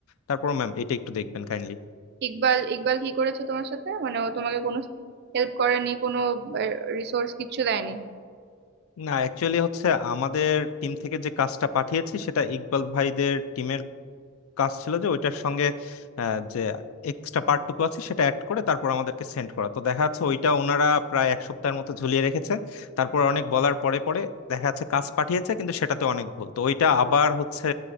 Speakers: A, on the left (about 85°); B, on the right (about 50°).
A: তারপর ম্যাম এটা একটু দেখবেন কাইন্ডলি
B: ইকবাল ইকবাল কি করেছে তোমার সাথে মানে ও তোমাকে কোনো হেল্প করেনি কোনো রিসোর্স কিচ্ছু দেয়নি
A: না অ্যাকচুয়ালি হচ্ছে আমাদের টিম থেকে যে কাজটা পাঠিয়েছি সেটা ইকবাল ভাইদের টিমের কাজ ছিল যে ওইটার সঙ্গে আহ, যে এক্সট্রা পার্টটুকু আছে সেটা অ্যাড করে তারপর আমাদেরকে সেন্ড করা তো দেখা যাচ্ছে ওইটা ওনারা প্রায় এক সপ্তাহের মতো ঝুলিয়ে রেখেছে তারপর অনেক বলার পরে পরে দেখা যাচ্ছে কাজ পাঠিয়েছে কিন্তু সেটাতে অনেক ভুল তো ওইটা আবার হচ্ছে